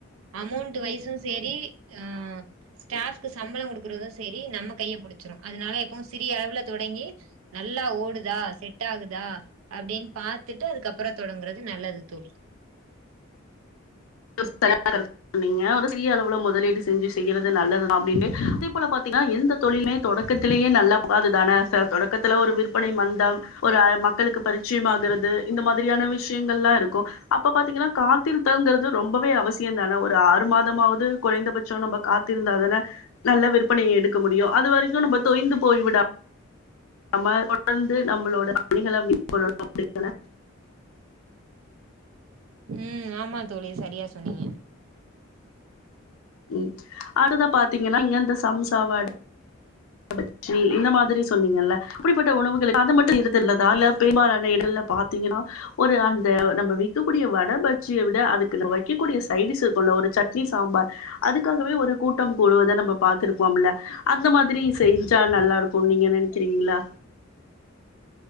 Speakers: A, on the right; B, on the left.
A: அமௌண்ட வய்சு சேரி ஆ ஸ்டாஃப்க்கு சம்பளோ குடுக்குறது செரி நம்ம கைய புடிச்சிரு அதனால எப்பவு சிறிய அளவுல தொடங்கி நல்லா ஓடுதா செட் ஆகுதா அப்டின் பாத் த்துட்டு அதுக்கப்றோ தொடங்குறது நல்லது தோழி
B: <unintelligible> நீங்க ஒரு சிறிய அளவுல முதலீடு செஞ்சி செய்யறது நல்லது தா அப்டின்டு அதேப்போல பாத்தீங்கா எந்தத் தொழிலுமே தொடக்கத்திலேயே நல்லா புகாது தானே சா தொடக்கத்துல ஒரு விற்பனை மந்தம் ஒரு ஆலமா க்களுக்கு பரிச்சயமாகுறது இந்த மாதிரியான விஷயங்கள்லா இருக்கு அப்ப பாத்தீங்கன்னா காத்திருத்தல்ங்கறது ரொம்பவே அவசியன்தான ஒரு ஆறு மாதமாவது குறைந்தபச்சோ நம்ம காத்திருந்தா தன நல்ல விற்பனைய எடுக்க முடியு அது வரைக்கு நம்ம தொய்ந்து போய்விடா நம்ம தொடந்து நம்மளோட பணிகள மேகொள் அப்டிதான
A: ம் ஆமா தோழி சரியா சொன்னீங்க
B: ம் அதுதா பாத்தீங்கன்னா இங்க அந்த சம்சாவாட் கபச்சி இந்த மாதிரி சொன்னீங்கல்ல அப்டிப்பட்ட உணவுகள் அது மட்டு இருத் இல்லதால்ல பெம்பாலான இடல்ல பாத்தீங்கனா ஒரு அந்த நம்ம வி்க்கக்கூடிய வட பச்சிய விட அதுக்கங்கு வக்கிக்கூடிய சைடிஸ்ஸு தொல்ல ஒரு சட்னி சாம்பார் அதுக்காகவே ஒரு கூட்டம் கூடுவது நம்ப பாத்துருப்போம்மில்ல அந்த மாதிரி செய்ன்ஜா நல்லார்க்கு நீங்க நென்க்கிறீங்ளா